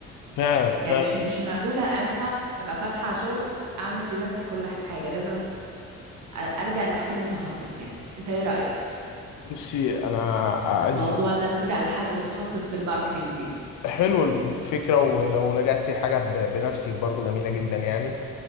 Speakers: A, on the left; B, on the right.
A: فعلا فعلا
B: يعني مش مش معقولة انا ابقى فاتحة شغل اعمل بنفسي كل حاجة لازم أ- الجأ لحد متخصص يعني انت ايه رأيك
A: بصي انا عايز
B: موضوع ان انا الجأ لحد متخصص في الماركتينج دي
A: حلو الفكره ولو لجأت حاجه ب- بنفسك برضو جميله جدا يعني